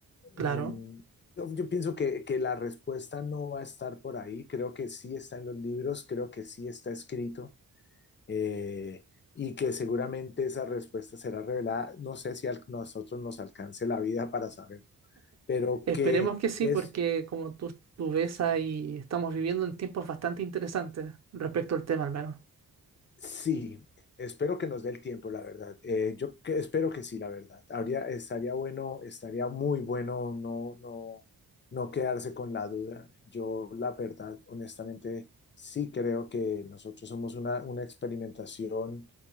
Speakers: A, on the right; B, on the left.
A: Claro.
B: mm, yo, yo pienso que, que la respuesta no va a estar por ahí. Creo que sí está en los libros, creo que sí está escrito eh, y que seguramente esa respuesta será revelada. No sé si a nosotros nos alcance la vida para saber, pero
A: Esperemos
B: que
A: que sí,
B: es
A: porque como tú, tú ves ahí, estamos viviendo en tiempos bastante interesantes respecto al tema al menos.
B: Sí, espero que nos dé el tiempo, la verdad. Eh, yo que- espero que sí, la verdad. Habría, estaría bueno, estaría muy bueno no, no, no quedarse con la duda. Yo, la verdad, honestamente, sí creo que nosotros somos una, una experimentación